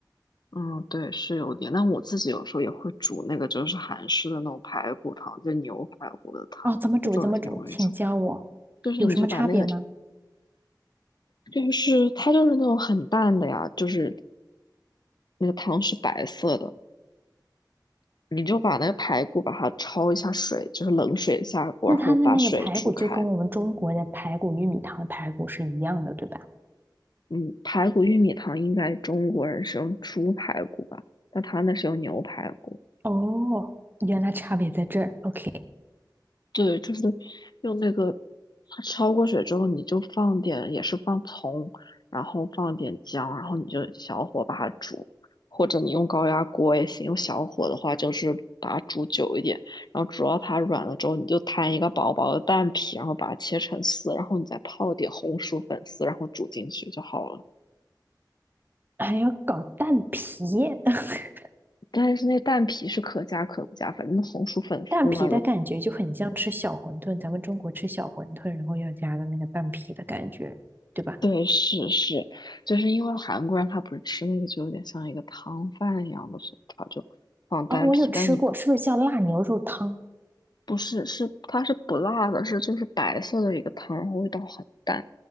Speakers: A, on the left; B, on the right.
A: 嗯，对，是有点，但我自己有时候也会煮那个，就是韩式的那种排骨汤，就牛排骨的汤，
B: 哦，怎么煮？
A: 那种也挺容易煮。
B: 怎么煮？请教我，
A: 就是你就把那个，
B: 有什么差别吗？
A: 就是它就是那种很淡的呀，就是那个汤是白色的，你就把那个排骨把它焯一下水，就是冷水下锅，
B: 那它的那个排骨就跟我们中国的排骨、
A: 然后把水煮开。
B: 玉米汤的排骨是一样的，对吧？
A: 嗯，排骨玉米汤应该中国人是用猪排骨吧，但他那是用牛排骨。
B: 哦，原来差别在这儿。OK，
A: 对，就是用那个，它焯过水之后，你就放点，也是放葱，然后放点姜，然后你就小火把它煮，或者你用高压锅也行，用小火的话就是把它煮久一点，然后煮到它软了之后，你就摊一个薄薄的蛋皮，然后把它切成丝，然后你再泡点红薯粉丝，然后煮进去就好了。
B: 还要搞蛋皮，<laughs>
A: 但是那蛋皮是可加可不加，反正红薯粉丝呢，
B: 蛋皮的感觉就很像吃小馄饨，
A: 如
B: 咱们中国吃小馄饨，然后要加的那个蛋皮的感觉，对吧？
A: 对，是是，就是因为韩国人他不是吃那个就有点像一个汤饭一样的，所以他就放丹皮，
B: 哦，我有吃过，
A: 但你不
B: 是不是叫辣牛肉汤？
A: 不是是它是不辣的，是就是白色的一个汤，然后味道很淡，